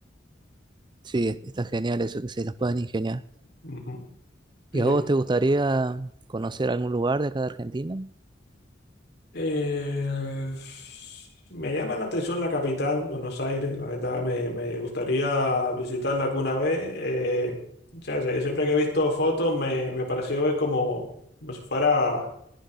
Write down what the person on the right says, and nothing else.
Sí, es- está genial eso, que se los puedan ingeniar.
¿Y a vos te gustaría conocer algún lugar de acá de Argentina? <laughs>